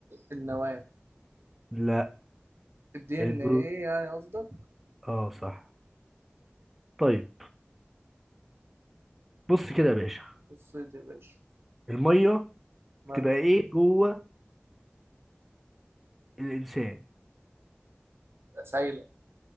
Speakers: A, on the right; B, in the centre.
A: النواه
B: لا
A: الدي ان
B: البرو
A: ايه يعني قصدك
B: اه صح طيب بص كده يا باشا
A: بصيت يا باشا
B: المية
A: مالك
B: بتبقى ايه جوه الانسان
A: سايله